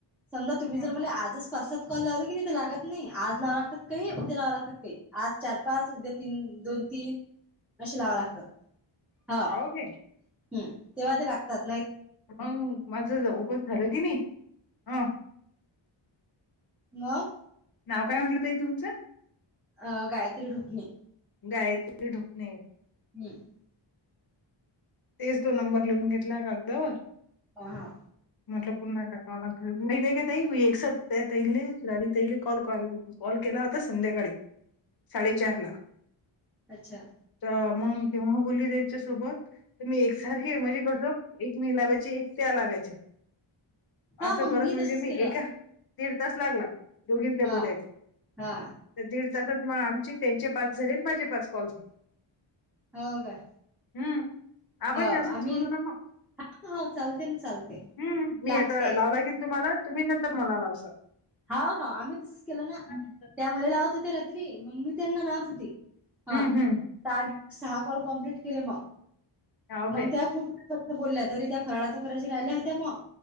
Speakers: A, in the centre; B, on the left.
A: समजा तुम्ही
B: हम्म
A: जर मले आजच पाच सात कॉल लावले की नाही ते लागतं नाही. आज लावां लागतात काही, उद्या लाव लागतात काही. आज चार पाच, उद्या तीन दोन ती अशी लावावी लागतात हा.
B: हो काय.
A: हम्म, तेव्हा ते लागतात नाही
B: अं माझ ओपन झालं की नाही अं
A: म
B: नाव काय म्हटलं ताई तुमचं?
A: अ गायत्री ढोकणे.
B: गायत्री ढुकणे.
A: <unintelligible>
B: तेच तो नंबर लिहून घेतला कागदावर.
A: हां हां.
B: म्हटलं पुन्हा एकदा कॉल म का तई म एकसईले रडीत येईले कॉल कळ. कॉल केला होता संध्याकाळी, साडेचारला.
A: अच्छा‌.
B: तर मग केव्हा बोलली त्यांच्यासोबत? तर मी एकसारखे म्हणजे कसं एक मी लावायचे, एक त्या लावायच्या.
A: हा
B: असं
A: मग
B: करत म्हणजे
A: तसच
B: मी
A: केलं
B: एका दीड तास लागला दोघींल्या
A: हा
B: बोल्याले.
A: हा
B: त्या दीड तासात मग आमची त्यांचे पाच झाले आणि माझे पाच कॉल झाले.
A: हो काय.
B: हम्म. आपण
A: हो
B: हे असंच
A: आम्ही
B: करू ना मग
A: <inaudible> चालते ना चालते.
B: हम्म. मी
A: लागते
B: आता लावला की नई तुम्हाला तुम्ही नंतर मला लावशाल.
A: हां हां आम्ही तसंच केलं ना,
B: हम्म
A: त्या मले लावत होते रात्री. मग मी त्यांना लावत होती, हा.
B: हम्म हम्म
A: सहा सहा कॉल कम्प्लीट केले मग.
B: हा ओके
A: मग त्या खूपपर्यंत बोलल्या, तरी त्या फराळाचं करायच्या राहिल्या होत्या मग.